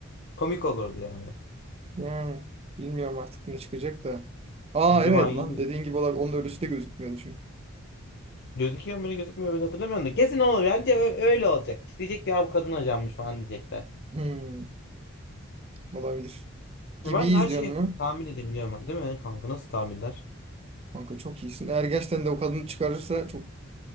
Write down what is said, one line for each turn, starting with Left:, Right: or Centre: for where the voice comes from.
Left: Komik olurdu yani.
Right: Yani bilmiyorum artık ne çıkacak da. Aa
Left: Cuma
Right: evet
Left: günü.
Right: lan dediğin gibi olabilir. Onun ölüsü de gözükmüyordu çünkü.
Left: Gözüküyor mu gözükmüyor mu hatırlamıyorum da. Kesin olur. Bence ö- öyle olacak. Diyecek ki, ya bu kadın ajanmış falan diyecekler.
Right: Hmm, olabilir. Gibiyiz
Left: Ya Ben her şeyi
Right: diyorsun mu?
Left: tahmin edebiliyorum. ama, Değil mi kanka? Nasıl tahminler?
Right: Kanka çok iyisin. Eğer gerçekten de o kadını çıkarırsa çok